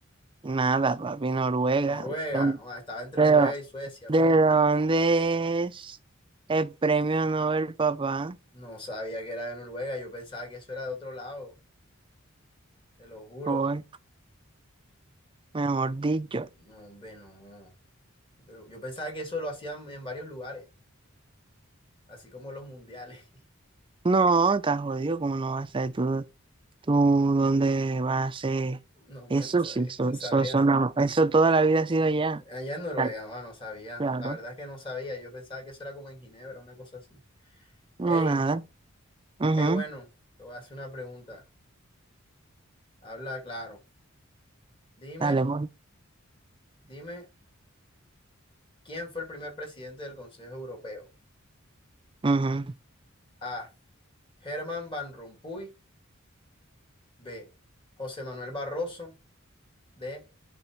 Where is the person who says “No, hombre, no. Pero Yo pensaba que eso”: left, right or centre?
Left